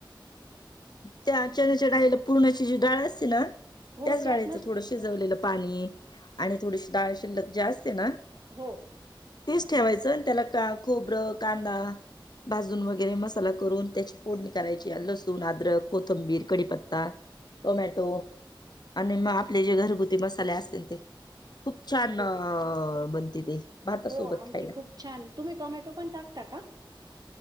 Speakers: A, on the left; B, on the right.
A: त्या चणाच्या डाळीला पुरणाची जी डाळ असते ना,
B: हो
A: त्याच
B: त्यातनच
A: डाळीचं थोडसं शिजवलेलं पाणी आणि थोडीशी डाळ शिल्लक जे असते ना
B: हो.
A: तेच ठेवायचं अन त्याला का खोबरं, कांदा भाजून वगैरे मसाला करून त्याची फोडणी करायची या लसू सून, अद्रक, कोथंबीर, कडीपत्ता, टोमॅटो आणि मग आपले जे घरगुती मसाले असतील ते, खूप छान
B: हो
A: अ बनते ते. भातासोबत
B: हो, आमटी
A: खायला.
B: खूप छान, तुम्ही टोमॅटो पण टाकता का?